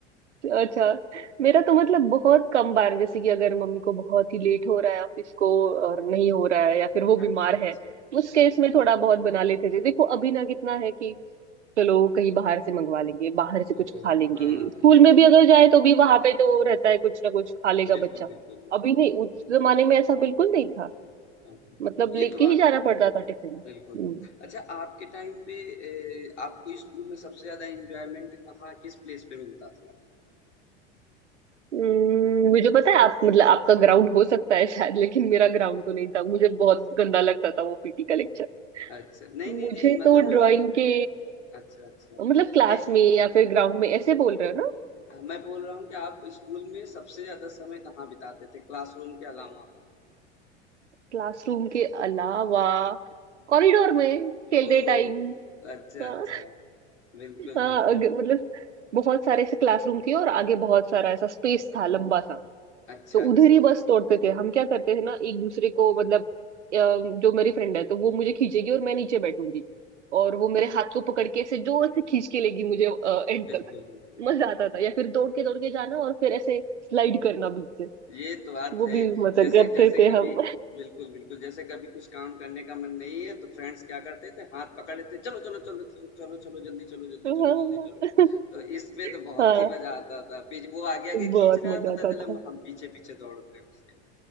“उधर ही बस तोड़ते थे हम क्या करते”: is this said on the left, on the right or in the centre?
Right